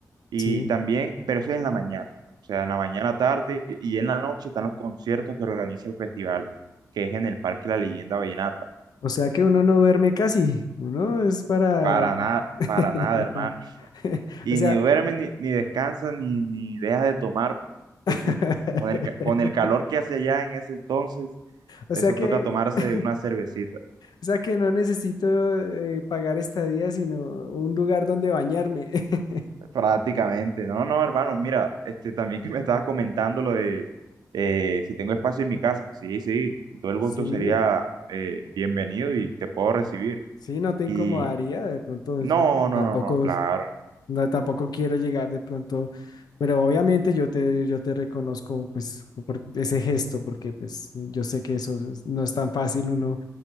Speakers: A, on the right; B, on the left.
A: Y
B: Sí.
A: también, pero eso es en la mañana, o sea, en la mañana, tarde y en la noche están los conciertos que organiza el festival, que es en el Parque La Leyenda Vallenata.
B: O sea que uno no duerme casi. Uno es para...
A: Para nada,
B: <laughs>
A: para nada, hermano. <laughs> Y
B: O sea...
A: ni duermes, ni, ni descansas, ni, ni dejas de tomar.
B: <laughs>
A: Eso es- con el, ca- con el calor que hace allá en ese entonces,
B: O
A: eso
B: sea que...
A: toca tomarse
B: <laughs>
A: una cervecita.
B: O sea que no necesito eh, pagar estadía, sino un lugar donde bañarme. <laughs>
A: Prácticamente. No, no, hermano, mira, este, también que me estabas comentando lo de eh, si tengo espacio en mi casa. Sí, sí, todo el gusto
B: Sí.
A: sería eh, bienvenido y te puedo recibir.
B: Sí, no te incomodaría,
A: Y
B: de pronto
A: no,
B: es que tampoco,
A: no, no, no, claro.
B: no, tampoco quiero llegar de pronto, pero obviamente yo te, yo te reconozco pues por ese gesto, porque pues yo sé que eso es- no es tan fácil uno